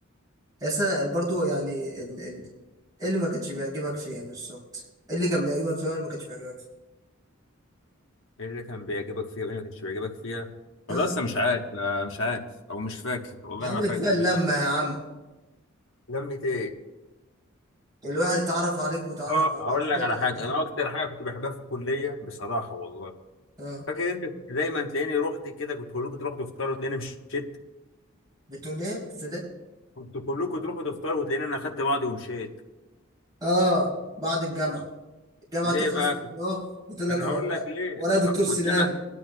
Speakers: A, on the right; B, on the left.
A: بس أنا برضو يعني ال- ال- ايه اللي ما كانش بيعجبك فيها بالظبط ايه اللي كان بيعجبك فيها واللي ما كانش بيعجبك فيها
B: ايه اللي كان بيعجبك فيها وايه اللي ما كانش بيعجبك فيها والله
A: اه
B: لسه مش عارف آه، مش عارف او مش فاكر والله
A: يا عم
B: ما
A: ده
B: فاكر
A: كفايه اللمه
B: ايه اللي كان-
A: يا عم
B: لمة ايه
A: الواحد اتعرف عليك وتعرف
B: اه
A: على
B: هقول
A: اشكال
B: لك على
A: زي هذا
B: حاجه انا اكتر حاجه كنت بحبها في الكليه بصراحه والله
A: اه
B: فاكر انت كنت دايما تلاقيني رحت كده كنت كلكم تروحوا تفطروا وتلاقيني مشيت
A: بتقول ايه بتقول ايه
B: كنت كلكم تروحوا تفطروا وتلاقيني انا خدت بعضي ومشيت
A: اه بعد الجامعه الجامعه
B: ليه
A: تخلص
B: بقى
A: من
B: كنت
A: اه قلت لك
B: انا
A: انا
B: هقول
A: ورا
B: لك ليه
A: ورا دكتور
B: ه-
A: سنان
B: كنت انا